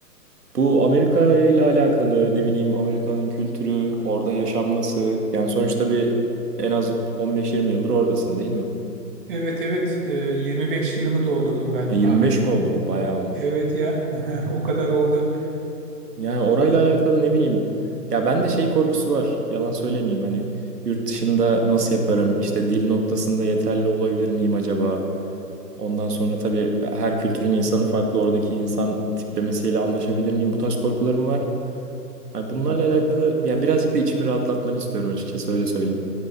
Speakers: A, on the right; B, on the right.
A: Bu Amerika ile alakalı ne bileyim Amerika'nın kültürü, orada yaşam nasıl? Yani sonuçta bir en az 15-20 yıldır oradasın değil mi?
B: Evet evet. Ee, 25 yılımı doldurdum ben
A: E, 25
B: Ahmet.
A: mi oldu? O bayağı olmuş.
B: Evet ya. <laughs> O kadar oldu.
A: Yani orayla alakalı ne bileyim. Ya ben de şey korkusu var. Yalan söylemeyeyim hani yurt dışında nasıl yaparım? İşte dil noktasında yeterli olabilir miyim acaba? Ondan sonra tabii her kültürün insanı farklı. Oradaki insan tiplemesiyle anlaşabilir miyim? Bu tarz korkularım var. Hani bunlarla alakalı ya birazcık da içimi rahatlatmanı istiyorum açıkçası öyle söyleyeyim.